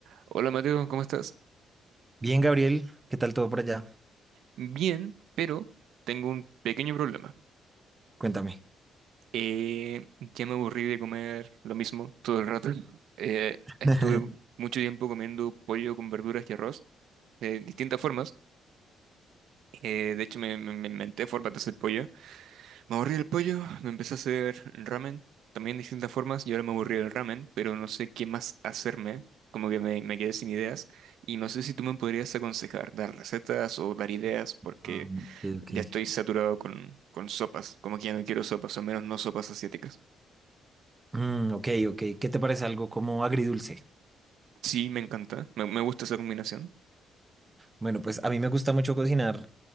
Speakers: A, on the right; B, on the right.
A: Hola Mateo, ¿cómo estás?
B: Bien, Gabriel, ¿qué tal todo por allá?
A: Bien, pero tengo un pequeño problema.
B: Cuéntame.
A: Eh, ya me aburrí de comer lo mismo todo el rato. <laughs> Eh,
B: <laughs>
A: estuve mucho tiempo comiendo pollo con verduras y arroz de distintas formas. Eh, de hecho, me, me- me inventé formas de hacer pollo. Me aburrí del pollo, me empecé a hacer ramen, también de distintas formas, y ahora me aburrí del ramen, pero no sé qué más hacerme. Como que me, me quedé sin ideas y no sé si tú me podrías aconsejar, dar recetas o dar ideas, porque...
B: Ah, ok, ok.
A: Ya estoy saturado con, con sopas, como que ya no quiero sopas, al menos no sopas asiáticas.
B: Mm, ok, ok. ¿Qué te parece algo como agridulce?
A: Sí, me encanta, me, me gusta esa combinación.
B: Bueno, pues a mí me gusta mucho cocinar